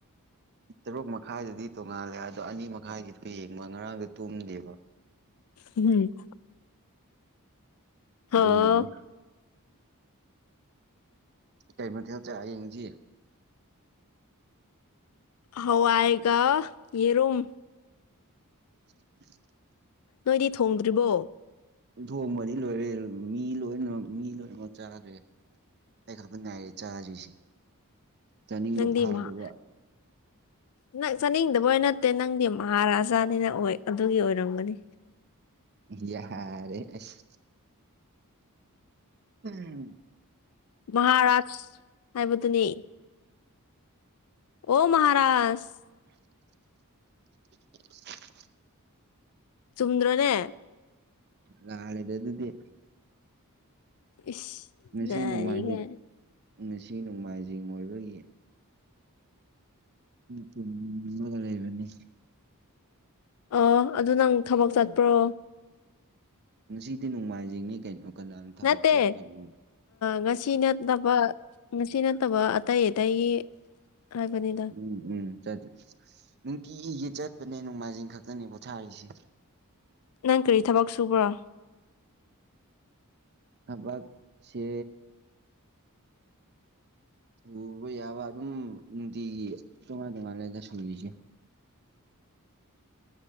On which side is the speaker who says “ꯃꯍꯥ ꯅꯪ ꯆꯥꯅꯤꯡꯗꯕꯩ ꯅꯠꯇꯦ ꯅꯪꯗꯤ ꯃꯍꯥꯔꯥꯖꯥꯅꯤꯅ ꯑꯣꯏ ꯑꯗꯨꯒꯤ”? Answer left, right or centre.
Left